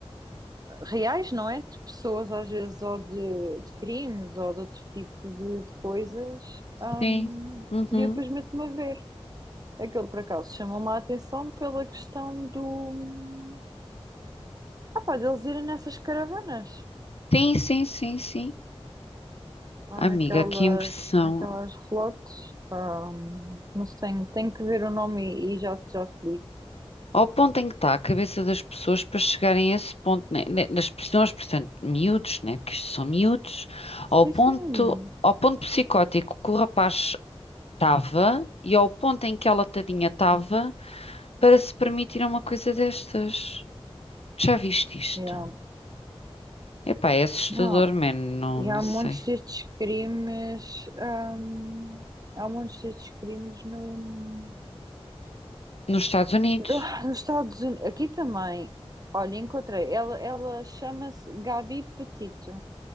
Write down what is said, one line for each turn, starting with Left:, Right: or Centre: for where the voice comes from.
Right: reais, não é? De pessoas, às vezes, ou de, de crimes, ou de outro tipo de, de coisas. hum,
Left: Sim. Uhum.
Right: e eu depois meto-me a ver. Aquele, por acaso, chamou-me a atenção pela questão do... Ah pá, deles irem nessas caravanas.
Left: Sim, sim, sim, sim.
Right: Ou
Left: Amiga,
Right: naquelas,
Left: que impressão.
Right: naquelas relotes. hum, mas tenho, tenho que ver o nome e, e já, te- já te digo.
Left: ao ponto em que está a cabeça das pessoas para chegarem a esse ponto, né? né, Das pessoas, portanto, miúdos, né? Porque isto são miúdos,
Right: Sim,
Left: ao ponto,
Right: sim.
Left: ao ponto psicótico que o rapaz estava e ao ponto em que ela tadinha estava para se permitir uma coisa destas. Já viste isto?
Right: Yeah.
Left: Epá, é assustador,
Right: Não,
Left: man. Não,
Right: E
Left: não
Right: há
Left: sei.
Right: montes destes crimes, hum, há montes destes crimes no,
Left: Nos Estados Unidos.
Right: do- nos Estados Unidos. Aqui também. Olha, encontrei. Ela, ela chama-se Gabi Petito.